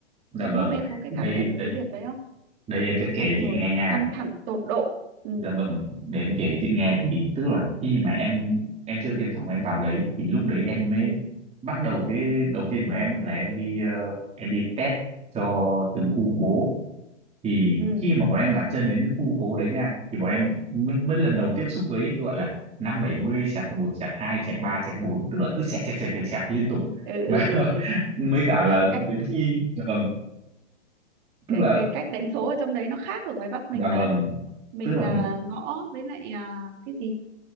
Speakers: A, on the right; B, on the right.
A: dạ
B: đúng
A: vâng
B: không em có cái
A: đây
B: cảm nhận được
A: đây
B: cái việc đấy không
A: đây em sẽ
B: xong
A: kể chị
B: rồi
A: nghe nha
B: căng thẳng tột độ ừ
A: dạ vâng để em kể chị nghe thì tức là khi mà em em chưa tiêm phòng em vào đấy thì lúc đấy em mới
B: ừ
A: bắt đầu cái đầu tiên của em là em đi ờ, em đi test cho từng khu phố thì
B: ừ
A: khi mà bọn em đặt chân đến cái khu phố đấy nha thì bọn em mới, mới lần đầu tiếp xúc với gọi là năm bảy mươi sạc một sạc hai sạc ba sạc bốn tức là cứ sạc sạc sạc sạc sạc liên tục
B: ừ
A: mà
B: ừ, ừ.
A: <laughs>
B: ừ.
A: mới cả là
B: cách
A: đến khi dạ vâng tức
B: cái
A: là
B: cái cách đánh số ở trong đấy nó khác ở ngoài Bắc mình
A: dạ
B: mà
A: vâng
B: mình
A: tức là
B: là ngõ với lại à, cái gì